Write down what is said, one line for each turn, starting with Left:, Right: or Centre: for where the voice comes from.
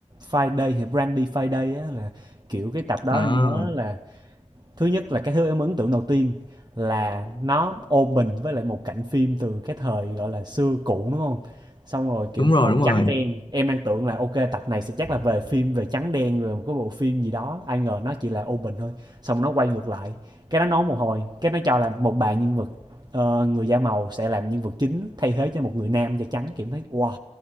Right: Friday hay Brandy Friday á là kiểu cái tập đó
Left: À,
Right: anh nhớ là thứ nhất là cái thứ em ấn tượng đầu tiên là nó open với lại một cảnh phim từ cái thời gọi là xưa cũ đúng không xong rồi kiểu
Left: đúng rồi
Right: màu
Left: đúng rồi.
Right: trắng đen em đang tưởng là ok tập này sẽ chắc là về phim về trắng đen rồi một cái bộ phim gì đó ai ngờ nó chỉ là open thôi xong nó quay ngược lại cái nó nói một hồi cái nó cho là một bà nhân vật ờ, người da màu sẽ làm nhân vật chính thay thế cho một người nam da trắng kiểu thấy wow